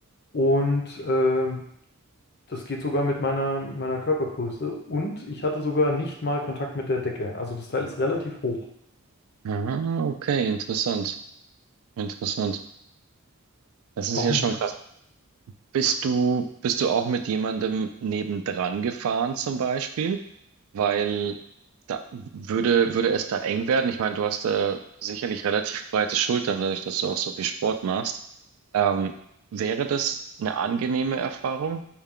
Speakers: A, on the left; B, on the right.
A: Und ähm, das geht sogar mit meiner, mit meiner Körpergröße. Und ich hatte sogar nicht mal Kontakt mit der Decke. Also das Teil ist relativ hoch.
B: Ah, okay, interessant, interessant. Das ist
A: Auch
B: ja
A: nicht.
B: schon krass. Bist du, bist du auch mit jemandem nebendran gefahren zum Beispiel? Weil da würde, würde es da eng werden. Ich meine, du hast da sicherlich relativ breite Schultern, dadurch, dass du auch so viel Sport machst. Ähm, wäre das eine angenehme Erfahrung,